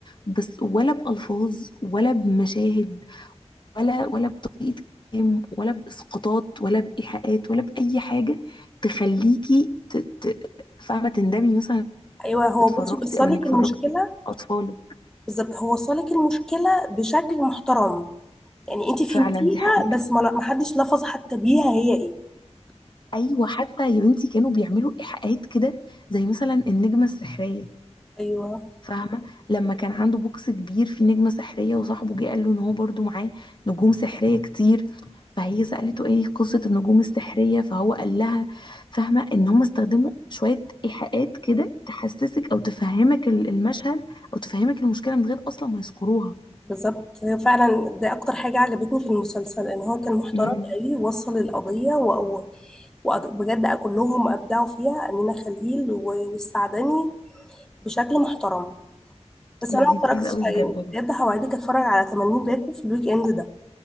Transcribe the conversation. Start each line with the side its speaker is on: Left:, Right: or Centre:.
Left: بس ولا بالفاظ ولا بمشاهد ولا ولا بطريقه كلام ولا باسقاطات ولا بايحاءات ولا باي حاجه تخليكي ت... ت... فاهمه تندمي مثلا إنك
Centre: ايوه هو
Left: اتفرجتي
Centre: بصي بيصالك
Left: او انك
Centre: المشكله
Left: فرجتي اطفالك
Centre: بالظبط هو صالك المشكله بشكل محترم يعني انت فهمتيها
Left: فعلا دي حقيقه
Centre: بس ما ما حدش لفظ حتى بيها هي ايه
Left: ايوه حتى يا بنتي كانوا بيعملوا ايحاءات كده زي مثلا النجمه السحريه
Centre: ايوه
Left: فاهمة لما كان عنده بوكس كبير فيه نجمة سحرية وصاحبه جه قال له ان هو برضو معاه نجوم سحرية كتير فهي سألته ايه قصة النجوم السحرية فهو قال لها فاهمة ان هم استخدموا شوية ايحاءات كده تحسسك او تفهمك ال- المشهد او تفهمك المشكلة من غير اصلا ما يذكروها
Centre: بالظبط هي فعلا دي اكتر حاجه عجبتني في المسلسل ان هو كان محترم
Left: امم
Centre: قوي وصل القضيه و- و- وبجد كلهم ابدعوا فيها امينه خليل و- والسعدني بشكل محترم بس
Left: لذيذ
Centre: انا ما اتفرجتش
Left: قوي بجد
Centre: يعني
Left: والله
Centre: بجد هوعدك اتفرج على 80 باكو في الويك اند ده